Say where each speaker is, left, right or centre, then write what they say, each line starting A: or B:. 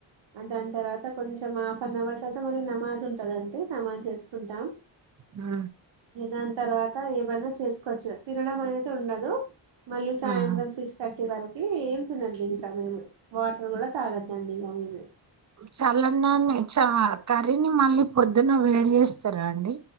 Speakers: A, on the right; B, on the right.
A: దాని తర్వాత కొంచెం హాఫ్ అన్ అవర్ తవాత మన నమాజ్ ఉంటదండి నమాజ్ వేసుకుంటాం
B: ఆ
A: దాని తర్వాత ఏవన్నా చేసుకోవచ్చు తినడం అనేతే ఉండదు మళ్ళీ సాయంత్రం
B: ఆహా!
A: సిక్స్ ర్ ఇటి వరకు ఏం తినద్దు ఇంకా మేము వాటర్ కూడా తాగద్దండి ఇంక మేము
B: చల్లన్నా చ కర్రీని మళ్ళీ పొద్దున్న వేడి చేస్తారా అండి